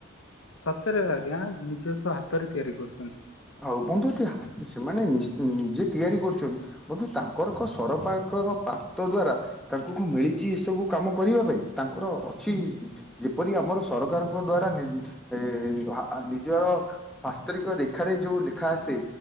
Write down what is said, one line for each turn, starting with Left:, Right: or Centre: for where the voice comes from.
Left: ସତରେ ଆଜ୍ଞା ନିଜସ୍ଵ ହାତରେ ତିଆରି କରୁଛନ୍ତି।
Centre: ଆଉ ବନ୍ଧୁ ସେମାନେ ନିଜେ ତିଆରି କରୁଛନ୍ତି ବନ୍ଧୁ ତାଙ୍କ ତାଙ୍କର ସରପାରଙ୍କ ପାତ ଦ୍ଵାରା ତାଙ୍କୁଙ୍କ ମିଳିଛି ଏସବୁ କାମ କରିବା ପାଇଁ ତାଙ୍କର କିଛି ଯେପରି ଆମର ସରକାରଙ୍କ ଦ୍ଵାରା ଏ ନିଜର ବାସ୍ତରିକ ରେଖାରେ ଯୋଉ ଲେଖା ଆସେ